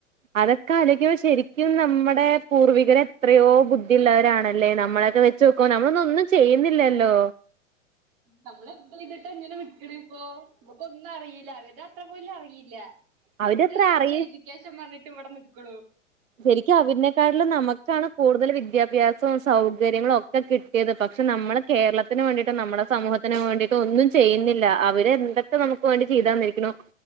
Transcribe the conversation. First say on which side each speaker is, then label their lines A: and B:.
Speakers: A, on the right; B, on the right.
A: അതൊക്കെ അലോയിക്കുമ്പ ശരിക്കും നമ്മടെ പൂർവികരെത്രയോ ബുദ്ധിയുള്ളവ ആണല്ലേ നമ്മളെക്കെ വെച്ച് നോക്കുമ്പോ നമ്മളൊന്നും ഒന്നും ചെയ്യുന്നില്ലല്ലോ.
B: നമ്മൾ ചെയ്തിട്ട് എങ്ങനെ വിക്ക്ണ പ്പോ നമ്മുക്കൊന്നും അറിയില്ല അവരുടെ അത്ര പോലും അറിയില്ല
A: അവരത്ര
B: ന്നിട്ട് നമ്മള്
A: അറിയ
B: എഡ്യൂക്കേഷൻ പറഞ്ഞിട്ട് ഇവിടെ നിക്കണൂ
A: ശരിക്കും അവരിനേക്കാട്ടിലും നമുക്കാണ് കൂടുതൽ വിദ്യാഭ്യാസവും സൗകര്യങ്ങളും ഒ കിട്ടിയത് പക്ഷെ നമ്മള് കേരളത്തിന് വേണ്ടിട്ട് നമ്മുടെ സമൂഹത്തിന് വേണ്ടിയിട്ട് ഒന്നും ചെയ്യുന്നില്ല അവര് എന്ത പ്പ നമുക്ക് വേണ്ടി ചെയ്തന്നിരിക്ക്ണു